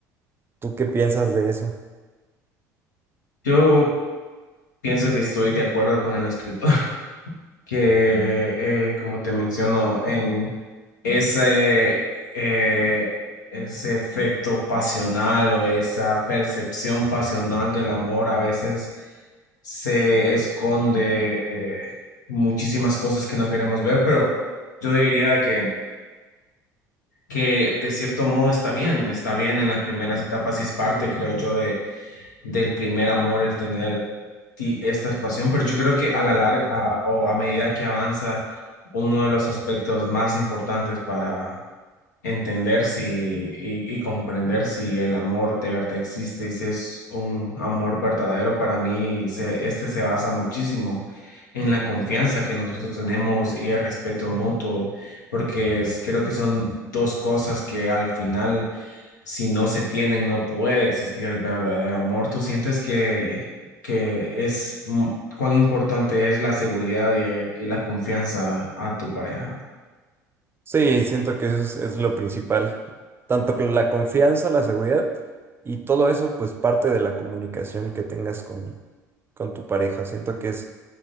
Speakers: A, on the right; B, on the left.
A: ¿Tú qué piensas de eso?
B: Yo pienso que estoy de acuerdo con el escritor, <laughs> que eh, como te menciono, en ese, eh, ese efecto pasional o esa percepción pasional del amor a veces se esconde eh, muchísimas cosas que no queremos ver, pero yo diría que que de cierto modo está bien, está bien en las primeras etapas y es parte, creo yo, de, del primer amor el tener ti- esta pasión, pero yo creo que a la larga a- o a medida que avanza, uno de los aspectos más importantes para entender si y, y comprender si el amor de verdad existe y si es un amor verdadero para mí, se- este se basa muchísimo en la confianza que nosotros tenemos y el respeto mutuo, porque es- creo que son dos cosas que al final, si no se tienen, no puede existir el verdadero amor. ¿Tú sientes que, que es mm, cuán importante es la seguridad y, y la confianza a tu pareja?
A: Sí, siento que eso es, es lo principal, tanto con la confianza, la seguridad y todo eso, pues parte de la comunicación que tengas con, con tu pareja. Siento que es,